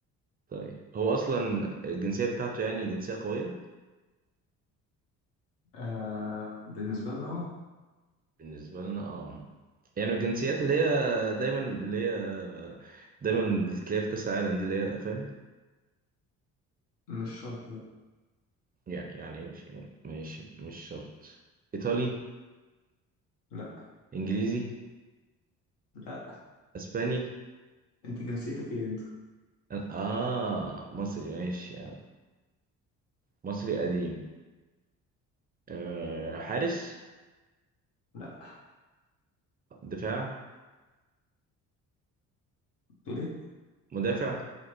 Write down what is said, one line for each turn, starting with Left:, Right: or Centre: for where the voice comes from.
Right: طيب هو اصلا الجنسيه بتاعته يعني جنسيه قويه
Left: آه بالنسبة لنا اه
Right: بالنسبه لنا اه يعني الجنسيات اللي هي دايما اللي هي دايما بتلاقيها في كاس العالم دي اللي هي فاهم
Left: مش شرط لا
Right: يعني يعني مش مش مش شرط ايطالي
Left: لا
Right: انجليزي
Left: لا
Right: اسباني
Left: انت جنسيتك ايه انت
Right: اه مصري ماشي يعني مصري قديم آه حارس
Left: لا
Right: دفاع
Left: تقول ايه
Right: مدافع